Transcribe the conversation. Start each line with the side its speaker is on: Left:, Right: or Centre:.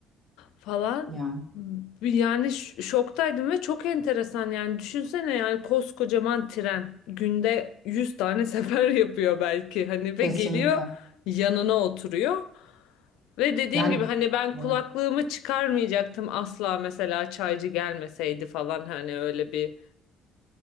Left: falan.
Right: Yani
Left: Yani ş- şoktaydım ve çok enteresan yani düşünsene yani koskocaman tren günde 100 tane sefer <laughs> yapıyor belki hani ve
Right: kesinlikle.
Left: geliyor yanına oturuyor. Ve dediğim
Right: Yani
Left: gibi hani ben
Right: evet,
Left: kulaklığımı çıkarmayacaktım asla mesela çaycı gelmeseydi falan hani öyle bir